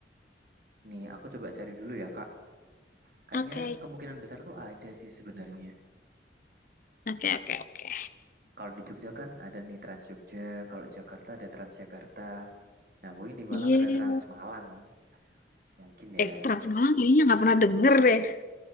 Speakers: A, on the right (about 50°); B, on the left (about 45°).
A: Nih, aku coba cari dulu ya, Kak. Kayaknya
B: Oke,
A: kemungkinan besar tuh ada sih sebenarnya.
B: Oke, oke, oke.
A: Kalau di Jogja kan ada nih Trans Jogja, kalau Jakarta ada Transjakarta. Nah, mungkin di Malang
B: Iya.
A: ada Trans Malang. Mungkin ya.
B: Eh, Trans Malang kayaknya nggak pernah denger deh.